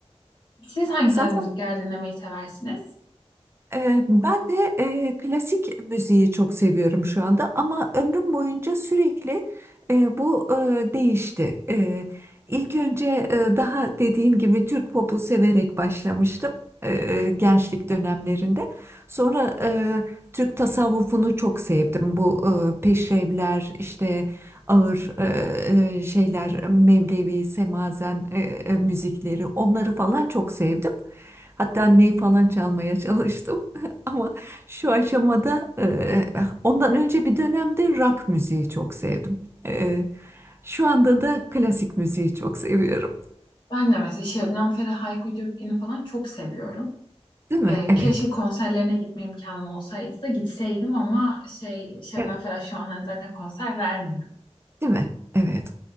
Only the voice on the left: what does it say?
Siz hangi
tarz müzikler dinlemeyi seversiniz?
Ben de mesela Şebnem Ferah, Hayko Cepkin'i falan çok seviyorum.
Ee,
keşke konserlerine gitme imkanım olsaydı da gitseydim ama şey Şebnem
Ferah şu an hani zaten konser vermiyor.